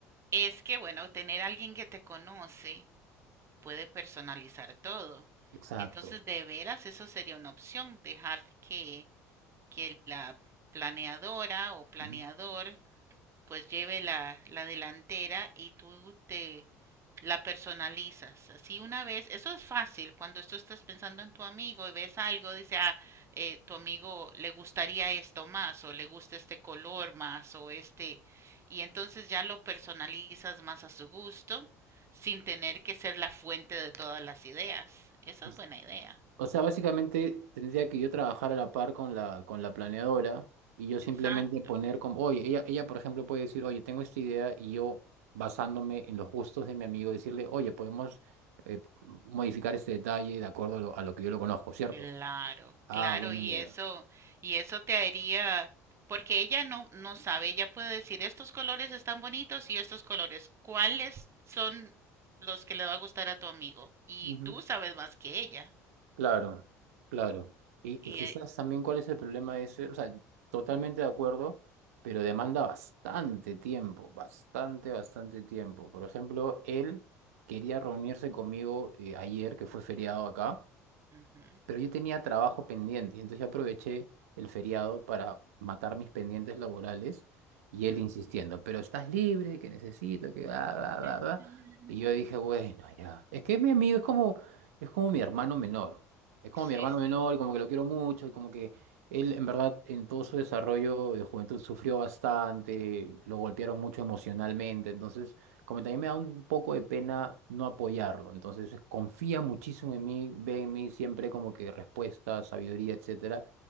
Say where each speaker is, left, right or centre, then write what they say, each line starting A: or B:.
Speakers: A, on the right (about 35°); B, on the right (about 80°).
A: es que, bueno, tener alguien que te conoce puede personalizar todo.
B: exacto.
A: Entonces, de veras, eso sería una opción, dejar que, que la planeadora o planeador
B: Ujú.
A: pues lleve la, la delantera y tú te la personalizas. Así una vez, eso es fácil, cuando tú estás pensando en tu amigo y ves algo, dice, ah, eh, tu amigo le gustaría esto más o le gusta este color más o este, y entonces ya lo personalizas más a su gusto sin tener que ser la fuente de todas las ideas. Esa
B: Ujú.
A: es buena idea.
B: O sea, básicamente tendría que yo trabajar a la par con la, con la planeadora y yo simplemente
A: Exacto.
B: poner como, oye, ella, ella, por ejemplo, puede decir, oye, tengo esta idea y yo, basándome en los gustos de mi amigo, decirle, oye, podemos eh, modificar este detalle de acuerdo a lo, a lo que yo lo conozco, ¿cierto?
A: Claro,
B: Ah,
A: claro,
B: buena
A: y
B: idea.
A: eso, y eso te haría, porque ella no, no sabe, ella puede decir estos colores están bonitos y estos colores, ¿cuáles son los que le va a gustar a tu amigo? Y
B: Ujú.
A: tú sabes más que ella.
B: Claro, claro. Y,
A: Y,
B: y quizás
A: eh,
B: también cuál es el problema de ese, o sea, totalmente de acuerdo, pero demanda bastante tiempo, bastante, bastante tiempo. Por ejemplo, él quería reunirse conmigo eh, ayer, que fue feriado acá,
A: ujú,
B: pero yo tenía trabajo pendiente, y entonces yo aproveché el feriado para matar mis pendientes laborales y él
A: ujú.
B: insistiendo, pero estás libre, que necesito, que va, va,
A: <laughs>
B: va, va. Y yo dije, bueno, ya. Es que mi amigo es como, es como mi hermano menor. Es como
A: Sí,
B: mi hermano
A: sí.
B: menor, y como que lo quiero mucho, y como que él, en verdad, en todo su desarrollo de juventud sufrió bastante, lo golpearon mucho emocionalmente, entonces como también me da un poco de pena no apoyarlo. Entonces confía muchísimo en mí, ve en mí siempre como que respuesta, sabiduría, etcétera.